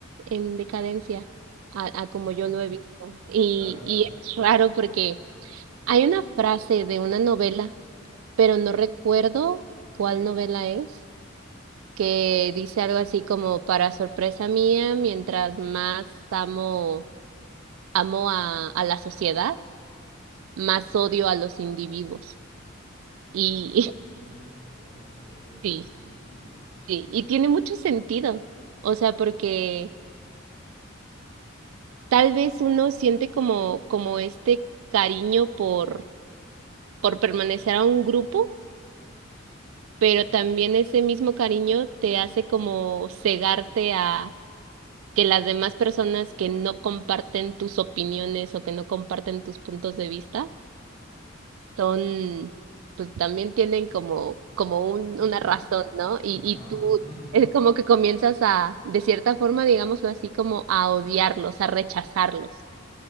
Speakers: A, on the right; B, on the left.
A: en decadencia a, a como
B: <laughs>
A: yo lo he visto. Y,
B: Claro,
A: y
B: claro.
A: es raro porque hay una frase de una novela, pero no recuerdo cuál novela es. que dice algo así como, para sorpresa mía, mientras más amo, amo a a la sociedad, más odio a los individuos. Y
B: Mientras más amo la sociedad, más odio
A: <laughs>
B: a los
A: sí,
B: individuos.
A: sí, y tiene mucho sentido. O sea, porque tal vez uno siente como, como este cariño por, por permanecer a un grupo, pero también ese mismo cariño te hace como cegarte a que las demás personas que no comparten tus opiniones o que no comparten tus puntos de vista son, pues también tienen como, como un,
B: <laughs>
A: una razón, ¿no? Y,
B: No.
A: y tú
B: <laughs>
A: es como que comienzas a, de cierta forma, digámoslo así, como a odiarlos, a rechazarlos.